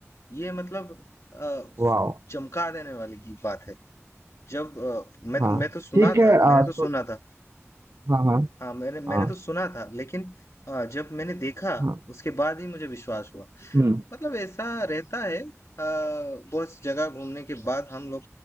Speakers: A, on the left; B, on the right.
A: ये मतलब अ,
B: वाओ
A: चमका देने वाली की बात है जब अ, मैं
B: हाँ
A: तो मैं तो सुना
B: ठीक है
A: था
B: आ,
A: मैंने तो
B: सो,
A: सुना था
B: हाँ हाँ
A: हाँ मैंने मैंने
B: हाँ
A: तो सुना था लेकिन अ, जब मैंने देखा
B: हाँ
A: उसके बाद ही मुझे विश्वास हुआ
B: हम्म
A: मतलब ऐसा रहता है अ, बहुत सी जगह घूमने के बाद हम लोग